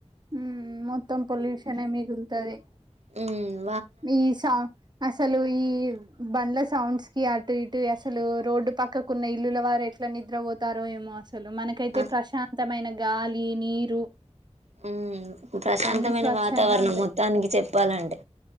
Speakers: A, on the right; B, on the right.
A: ఉ మొత్తం పొల్యూషన్ మిగుల్తది
B: అవు
A: ఈ సా అసలు ఈ బంలస్ సౌండ్స్ కి అటు ఇటు అసలు రోడ్డు పక్కకున్న ఇల్లుల వారు ఎట్లా నిద్రపోతారో ఏమో అస లు మనకైతే
B: ఆ,
A: ప్రశాంతమైన గాలి నీరు
B: హ్మ్ ప్రశాంతమైన
A: అన్ని స్వచ్ఛంగా
B: వాతావరణం
A: ఉంటాయి
B: మొత్తానికి చెప్పాలంటే